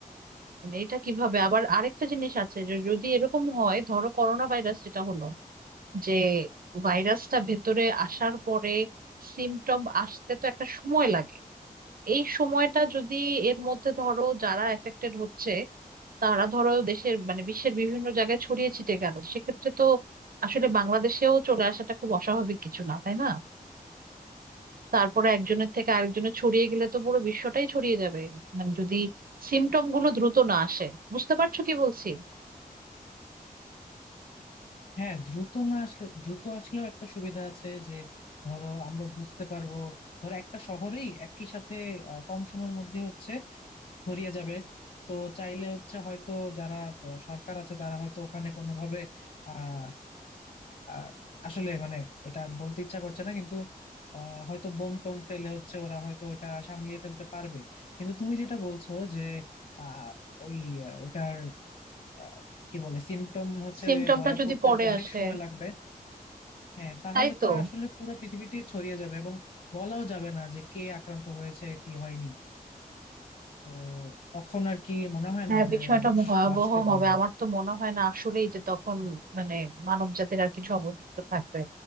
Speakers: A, on the right; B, on the left.
A: মানে এটা কিভাবে আবার আরেকটা জিনিস আছে যে যদি এরকম হয় ধরো করোনা ভাইরাস যেটা হলো যে ভাইরাসটা ভেতরে আসার পরে সিমটম আসতে তো একটা সময় লাগে এই সময়টা যদি এর মধ্যে ধরো যারা এফেক্টেড হচ্ছে তারা ধরো দেশের মানে বিশ্বের বিভিন্ন জায়গায় ছড়িয়ে ছিটে গেল সেক্ষেত্রে তো আসলে বাংলাদেশেও চলে আসাটা খুব অস্বাভাবিক কিছু না তাই না তারপরে একজনের থেকে আরেকজনের ছড়িয়ে গেলে তো পুরো বিশ্বটাই ছড়িয়ে যাবে মানে যদি সিমটম গুলো দ্রুত না আসে বুঝতে পারছো কি বলছি
B: হ্যাঁ দ্রুত না আসলে দ্রুত আসলেও একটা সুবিধা আছে যে ধরো আমরা বুঝতে পারবো ধরো একটা শহরেই একই সাথে আহ, কম সময়ের মধ্যে হচ্ছে ছড়িয়ে যাবে তো চাইলে হচ্ছে হয়তো যারা আহ, সরকার আছে তারা হয়তো ওখানে কোনোভাবে আহ আহ, আসলে মানে এটা বলতে ইচ্ছা করছে না কিন্তু আহ, হয়তো বোম টোম ফেলে হচ্ছে ওরা হয়তো ওটা সামলিয়ে ফেলতে পারবে কিন্তু তুমি যেটা বলছো যে আহ ওই আহ, ওইটার আহ, কি বলে সিমটম হচ্ছে
A: সিমটমটা
B: ধরা
A: যদি
B: পড়তে
A: পরে
B: আর কি অনেক
A: আসে
B: সময় লাগবে হ্যাঁ তাহলে
A: তাই তো
B: তো আসলে পুরো পৃথিবীটি ছড়িয়ে যাবে এবং বলাও যাবে না যে কে আক্রান্ত হয়েছে কি হয়নি তো তখন আর কি মনে হয়
A: হ্যাঁ
B: না যে
A: বিষয়টা
B: মানুষ
A: ভয়াবহ
B: বাঁচতে পারবে
A: হবে আমার তো মনে হয় না আসলেই যে তখন মানে মানব জাতির আর কিছু অবশিষ্ট থাকবে